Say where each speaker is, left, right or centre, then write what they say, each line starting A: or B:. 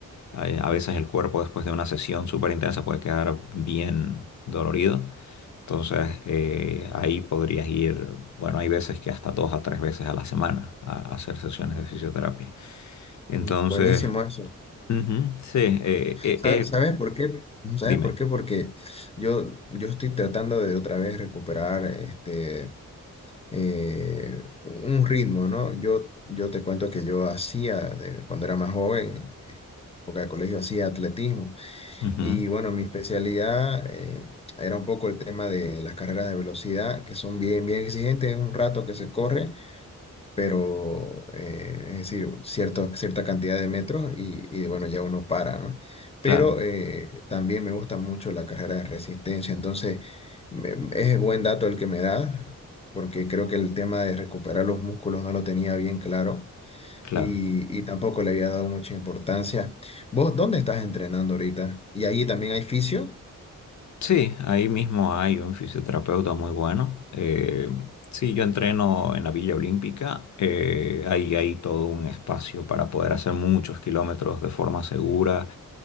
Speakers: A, on the left; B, on the left.
A: eh, a veces el cuerpo después de una sesión súper intensa puede quedar bien dolorido. Entonces, eh, ahí podrías ir, bueno, hay veces que hasta dos a tres veces a la semana a a hacer sesiones de fisioterapia. Entonces,
B: Mm. Buenísimo eso.
A: ujú, sí, eh, eh,
B: Sa-
A: eh,
B: ¿Sabes por qué? ¿Sabes
A: dime.
B: por qué? Porque yo, yo estoy tratando de otra vez recuperar este, eh, un ritmo, ¿no? Yo, yo te cuento que yo hacía, de- cuando era más joven, en época de colegio, hacía atletismo.
A: Ujú,
B: Y bueno, mi especialidad eh, era un poco el tema de las carreras de velocidad, que son bien, bien exigentes, es un rato que se corre pero eh, es decir, cierto, cierta cantidad de metros y, y bueno, ya uno para, ¿no? Pero
A: claro,
B: eh, también me gusta mucho la carrera de resistencia, entonces me- es buen dato el que me da, porque creo que el tema de recuperar los músculos no lo tenía bien claro
A: claro.
B: y, y tampoco le había dado mucha importancia. ¿Vos dónde estás entrenando ahorita? ¿Y ahí también hay fisio?
A: Sí, ahí mismo hay un fisioterapeuta muy bueno. Eh, sí, yo entreno en la Villa Olímpica. eh, ahí hay todo un espacio para poder hacer muchos kilómetros de forma segura.